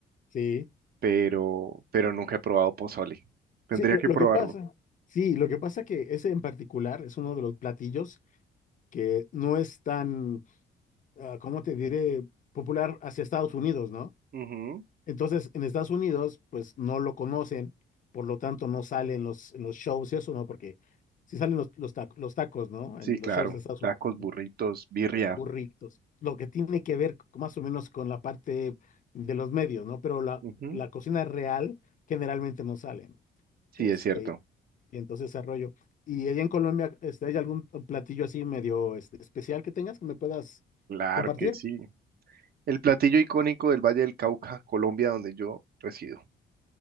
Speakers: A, on the left; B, on the right.
A: sí,
B: pero, pero nunca he probado pozole. Tendría
A: Sí, lo,
B: que
A: lo
B: probarlo.
A: que pasa, sí, lo que pasa que ese en particular es uno de los platillos que no es tan ah, ¿cómo te diré? Popular hacia Estados Unidos, ¿no?
B: Ujú,
A: Entonces, en Estados Unidos, pues no lo conocen, por lo tanto no salen los, en los shows y eso, ¿no? Porque sí salen los, los, ta- los tacos, ¿no?
B: Sí,
A: En
B: claro.
A: los shows de Estados
B: Tacos,
A: Unidos,
B: burritos, birria.
A: burritos, lo que tiene que ver c- más o menos con la parte de los medios, ¿no? Pero la,
B: Ujú,
A: la cocina real generalmente no salen,
B: Sí,
A: este,
B: es cierto.
A: y entonces ese rollo. Y allá en Colombia, este, ¿hay algún platillo así medio este, especial que tengas que me puedas
B: Claro
A: compartir?
B: que sí. El platillo icónico del Valle del Cauca, Colombia, donde yo resido.